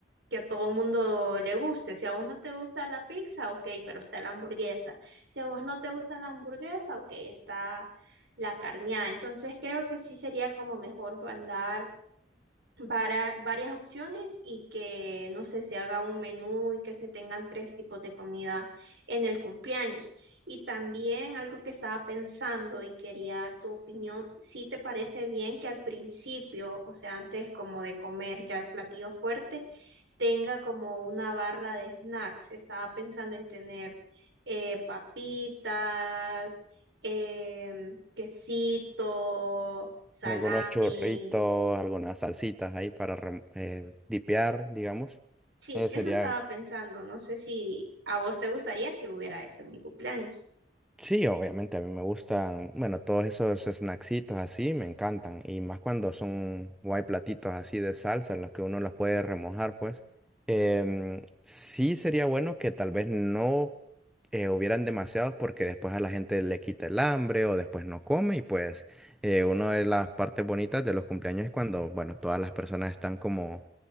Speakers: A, on the right; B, in the centre.
A: que a todo el mundo le guste. Si a vos no te gusta la pizza, ok, pero está la hamburguesa. Si a vos no te gusta la hamburguesa, ok, está la carneada. Entonces creo que sí sería como mejor mandar vara- varias opciones y que, no sé, se haga un menú y que se tengan tres tipos de comida en el cumpleaños. Y también algo que estaba pensando y quería tu opinión, si te parece bien que al principio, o sea, antes como de comer ya el platillo fuerte, tenga como una barra de snacks. Estaba pensando en tener eh, papitas, em, quesito, salami.
B: Algunos churritos, algunas salsitas ahí para rem- eh, dipear, digamos.
A: Sí,
B: Eh,
A: eso
B: sería
A: estaba pensando. No sé si a vos te gustaría que hubiera eso en mi cumpleaños.
B: Sí, obviamente a mí me gustan, bueno, todos esos snacksitos así me encantan y más cuando son o hay platitos así de salsa en los que uno los puede remojar, pues Em, sí sería bueno que tal vez no eh, hubieran demasiados porque después a la gente le quita el hambre o después no come y pues eh, una de las partes bonitas de los cumpleaños es cuando, bueno, todas las personas están como